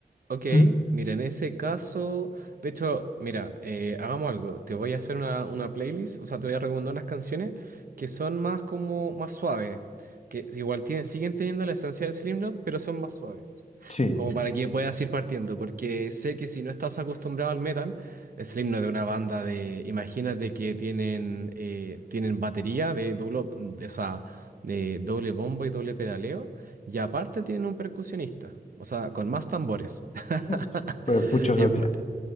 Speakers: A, on the right; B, on the left.
A: ok.
B: <clears throat>
A: Mira, en ese caso, de hecho, mira, eh, hagamos algo. Te voy a hacer una, una playlist, o sea, te voy a recomendar unas canciones que son más como, más suaves, que igual tienen, siguen teniendo la esencia de Slipknot, pero son más suaves.
B: Sí.
A: Como para que puedas ir partiendo, porque sé que si no estás acostumbrado al metal, Slipknot es una banda de, imagínate que tienen, eh, tienen batería de doble, o sea, de doble bombo y doble pedaleo. Y aparte tienen un percusionista, o sea, con más tambores.
B: Mm.
A: <laughs>
B: Pues pucho esa
A: Es,
B: tía.
A: pa-